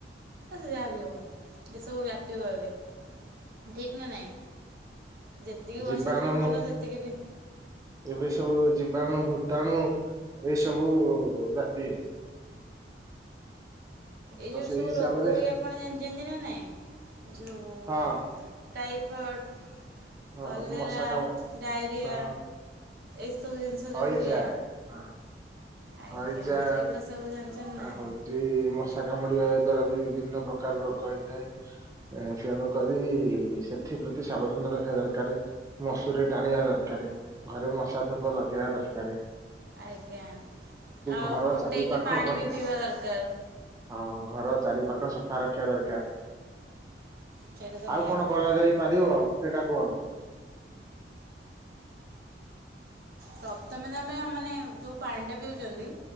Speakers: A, on the right (about 60°); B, on the right (about 20°).
A: ସେ ଯାହାବି ହଉ ଏସବୁ ବ୍ୟାପିବ ଏବେ। ଠିକ୍ ନା ନାଇଁ ଯେତିକି ବର୍ଷା
B: ଜିବାଣୁ
A: ଦିନ ଭଲ ସେତିକି ବି
B: ଏବେ ସବୁ ଜୀବାଣୁ ଭୂତାଣୁ ଏସବୁ ବ୍ୟାପିବେ।
A: ଏଇ
B: ତ
A: ଯୋଉ
B: ସେଇ
A: ସବୁ
B: ହିସାବରେ
A: ରୋଗ ହୁଏ ଆପଣ ଜାଣିଛନ୍ତି ନା ନାଇଁ ଯୋଉ
B: ହଁ
A: ଟାଇଫଏଡ଼୍
B: ହଁ
A: କଲେରା
B: ମଶା କାମୁ
A: ଡାଇରିଆ
B: ହଁ
A: ଏଇସବୁ ଜିନିଷ
B: ହଇଜା
A: ଯୋଉ ହୁଏ
B: ହଁ
A: ଆଜ୍ଞା
B: ହଇଜା
A: ସେଇଗୁଡ଼ା ସବୁ ଜାଣିଛନ୍ତି ନା
B: ଆ ହଉ ଜେ ମଶା କାମୁଡିବା ଦ୍ଵାରା ବି ବିଭିନ୍ନ ପ୍ରକାର ରୋଗ ହେଇଥାଏ। ଏ ତେଣୁକରି ସେଥିପ୍ରତି ସାବଧାନ ରହିବା ଦରକାରେ। ମଶୁରୀ ଟଣିବା ଦରକାର ଘରେ ମଶା ଧୂପ ଲଗେଇବା ଦରକାର।
A: ଆଜ୍ଞା ଆଉ
B: ଘର
A: ଫୁଟେଇକି
B: ଚାରି ପାଖ
A: ପାଣି
B: ପରି
A: ବି ପିଇବା ଦରକାର।
B: ହଁ ଘର ଚାରି ପାଖ ସଫା ରଖିବା ଦରକାର।
A: ସେଇଟା ତ
B: ଆଉ
A: ନିହାତି
B: କଣ କରାଯାଇ
A: ଦରକାର
B: ପାରିବ ସେଇଟା କୁହନ୍ତୁ?
A: ପ୍ରଥମେ ତ ଆମେ ମାନେ ଯୋଉ ପାଣି ଟା ପିଉଛନ୍ତି